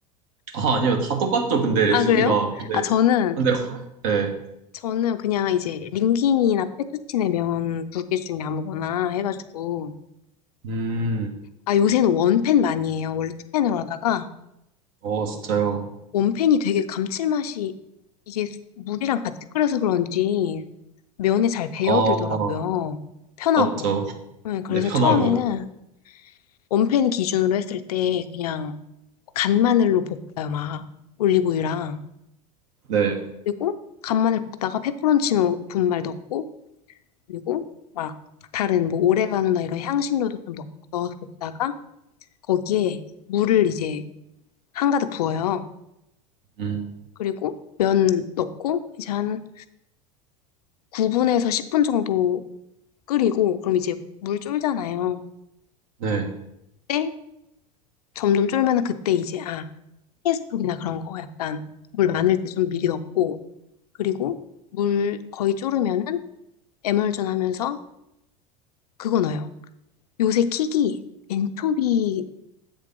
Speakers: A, on the right; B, on the left.
A: 아, 아니요. 다 똑같죠. 근데 레시피가.
B: 아, 그래요?
A: 근데,
B: 아, 저는,
A: 근데, 네.
B: 저는 그냥 이제 링귀니나 페투치네 면 두 개 중에 아무거나 해가지고.
A: 음,
B: 아, 요새는 원팬 많이 해요. 원래 투팬으로 하다가
A: 어, 진짜요.
B: 원팬이 되게 감칠맛이 이게 물이랑 같이 끓여서 그런지 면에 잘 배어들더라고요.
A: 아,
B: 편하고.
A: 맞죠.
B: 네, 그래서
A: 네, 편하고.
B: 처음에는 원팬 기준으로 했을 때 그냥 간마늘로 볶아요, 막. 올리브유랑.
A: 네.
B: 그리고 간마늘 볶다가 페퍼론치노 분말 넣고, 그리고 막 다른 뭐 오레가노나 이런 향신료도 좀 넣, 넣어서 볶다가 거기에 물을 이제 한가득 부어요.
A: 음,
B: 그리고 면 넣고 이제 한 9분에서 10분 정도 끓이고, 그럼 이제 물 쫄잖아요.
A: 네.
B: 그때 점점 쫄면 그때 이제, 아, 피스톡이나 그런 거 약간 물 많을 때 좀 미리 넣고 그리고 물 거의 졸으면은 에멀전 하면서 그거 넣어요. 요새 킥이 엔초비